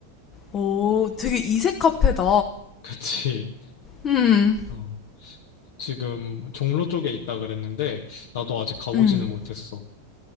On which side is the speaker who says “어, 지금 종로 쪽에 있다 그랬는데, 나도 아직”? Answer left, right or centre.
Left